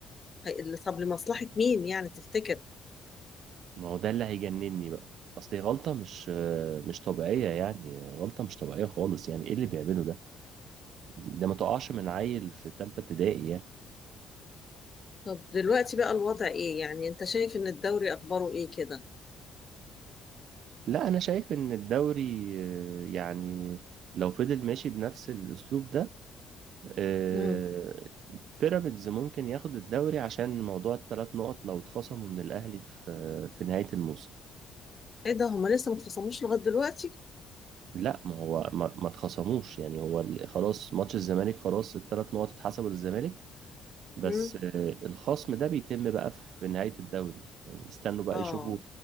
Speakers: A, on the left; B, on the right.
A: هي- طب لمصلحه مين يعني تفتكر
B: ما هو ده اللي هيجنني بقى اصل هي غلطة مش مش طبيعية يعني غلطة مش طبيعية خالص يعني ايه اللي بيعمله ده ده ما تقعش من عيل في تالتة ابتدائي يعني
A: طب دلوقتي بقى الوضع ايه يعني انت شايف ان الدوري اخباره ايه كده
B: لا انا شايف ان الدوري آه، يعني لو فضل ماشي بنفس الاسلوب ده آه،
A: امم
B: بيراميدز ممكن ياخد الدوري عشان موضوع الثلاث نقط لو اتخصموا من الاهلي في في نهاية الموسم
A: ايه ده هما لسه ما اتخصموش لغايه دلوقتي
B: لا ما هو ما, ما اتخصموش يعني هو ال- خلاص ماتش الزمالك خلاص الثلاث نقط اتحسبوا للزمالك بس
A: امم
B: آه، الخصم ده بيتم بقى في نهاية الدوري يعني استنوا بقى
A: اه
B: يشوفوا